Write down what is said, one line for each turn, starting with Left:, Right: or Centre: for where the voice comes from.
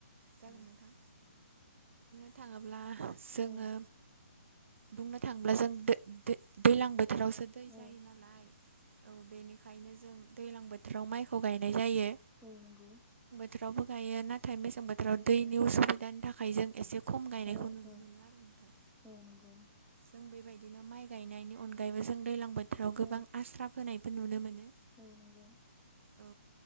Right: जागोन
Centre: औ
Right: नोंथां <unintelligible> ब्ला जोङो
Centre: औ
Right: बुंनो थांब्ला जों दो-दो दैलां बोथ थोरावसो दै
Centre: औ
Right: जायो नालाय औ बेनिख खायनो जों दैलां बोथोराव माइखौ गायनाय जायो।
Centre: औ नंगौ।
Right: थोरावबो गायो नाथाय मेस सें बोथोराव दैनि
Centre: औ
Right: उसुबिदानि थाखाय जों एसे खम गायनायखौ
Centre: औ
Right: नुनो
Centre: औ
Right: मोनो आरो नोंथां।
Centre: औ नंगौ।
Right: जों बेबायदिनो माइ गायनायनि अनगायैबो जों दैलां बोथोराव गोबां
Centre: औ
Right: आस्रा फोनायबो नुनो मोनो।
Centre: औ नंगौ
Right: औ